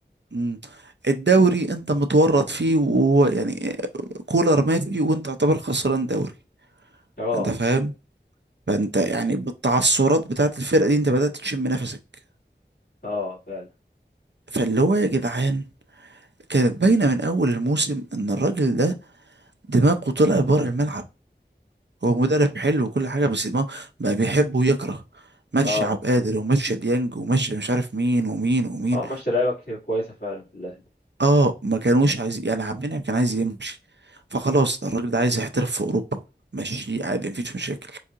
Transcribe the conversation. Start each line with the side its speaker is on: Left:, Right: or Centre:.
Right: مم. الدوري انت متورط فيه ويعني كولر ماشي وانت تعتبر خسران دوري
Left: اه
Right: انت فاهم فانت يعني بالتعثرات بتاعت الفرقة دي انت بدأت تشم نفسك
Left: اه فعلا
Right: فاللي هو يا جدعان كانت باينة من اول الموسم ان الراجل ده دماغه طلع بره الملعب هو مدرب حلو وكل حاجة بس دماغه بقى بيحب ويكره مشي
Left: اه
Right: عبد القادر ومشي ديانج ومشي مش عارف مين ومين ومين
Left: اه ماشي لعيبك كويسه فعلا في الاهلي
Right: اه ما كانوش عايزين يعني عبد المنعم كان عايز يمشي فخلاص ده الراجل ده عايز يحترف في اوروبا ماشي عادي مفيش مشاكل